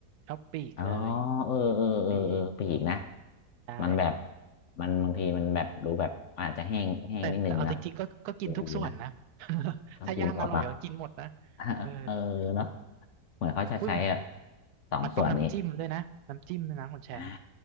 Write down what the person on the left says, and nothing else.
อ๋อเออเออเออเออปีกนะ
มันแบบมันบางทีมันแบบดูแบบอาจจะแห้งแห้งนิดนึงนะ
เออดีนะ
กินหมดเนาะ <laughs>
เออเนาะเหมือนเขาจะใช้แบบ
สองส่วนนี้
อ่า